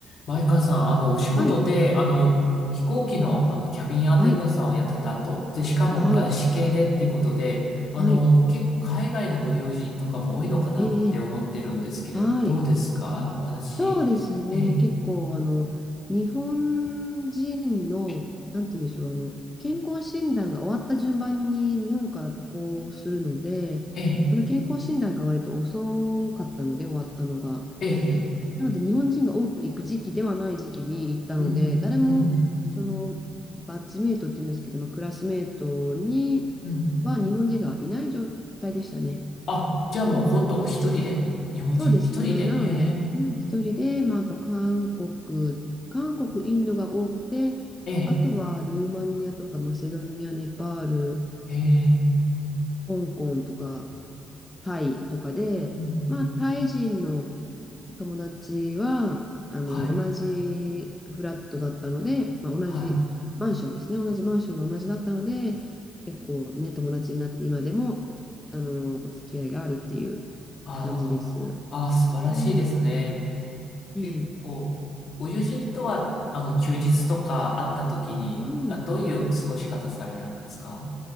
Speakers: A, on the left; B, on the left.
A: 前川さん、あの、お仕事で、
B: はい、
A: あの、飛行機の、あの、キャビンアテンダントさんをやってたと。
B: はい、
A: で、しかも外資系でっていうことで、
B: はい、
A: あの、
B: はい、
A: 結構海外のご友人とかも多いのかなって思ってるんですけれど、
B: ええ、はい。
A: どうですかお話。
B: そうですね、
A: ええ、
B: 結構、あの、日本人の、なんて言うんでしょう、あの、健康診断が終わった順番に日本から渡航するので、
A: ええ、
B: その健康診断が割と遅かったので、終わったのが。
A: ええ、ええ
B: なので、日本人が多く行く時期ではない時期に行ったので、
A: うん、
B: 誰も、
A: うん、うん。
B: その、バッジメイトって言うんですけど、まあ、クラスメイトには日本人がいない状態でしたね。
A: うんあ、じゃあもう本当お一人で、
B: うん
A: 日本人お一人で、
B: そうですね。なので、
A: え
B: うん、一人で、まあ、あと韓国、韓国、インドが多くて、
A: え、え
B: あとはルーマニアとかマセドニア、ネパール、
A: え、ええ、
B: 香港とかタイとかで、
A: うん、うん。
B: まあ、タイ人の友達は、あの、
A: はい、
B: 同じフラットだったので、まあ、同じマンションですね。
A: はい。
B: 同じマンションが同じだったので、結構ね、友達になって今でも、あの、お付き合いがあるっていう
A: ああ、
B: 感じです。
A: ああ、素晴らしいですね。
B: うん。ね
A: 結構、
B: え
A: ご友人とは、あの、休日とか会った時に、
B: うん、
A: あ、どういう過ごし方されるんですか